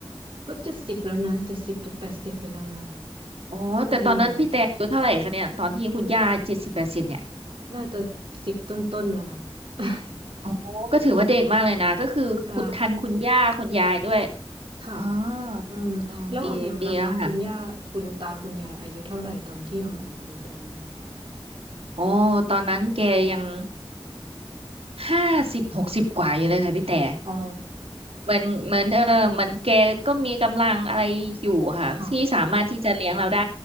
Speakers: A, on the right; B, on the right.
A: ก็เจ็ดสิบแล้วนะเจ็ดสิบจะแปดสิบไปแล้วนะ
B: อ๋อแต่ตอนนั้นพี่แต่อายุเท่าไหร่คะเนี่ยตอนที่คุณย่าเจ็ดสิบแปดสิบเนี่ย
A: อืมน่าจะสิบต้นๆนะคะ <laughs>
B: อ๋อก็ถือว่าเด็กมากเลยนะ ก็คือขุดทันคุณย่าคุณยายด้วย
A: ใช่ค่ะ
B: อ๋อ
A: อืมแล้วออมแอมล่ะคะคุณย่าคุณตาคุณยายอายุเท่าไหร่ตอนที่ออมแอมอยู่ตอนนั้น
B: อ๋อดีดีแล้วค่ะโอ้ตอนนั้นแกยังห้าสิบหกสิบกว่าอยู่เลยค่ะพี่แต่
A: อ๋อ
B: เหมือนเหมือนเออเหมือนแกก็มีกำลังอะไรอยู่ค่ะที่สามารถที่จะเลี้ยงเราได้
A: ค่ะ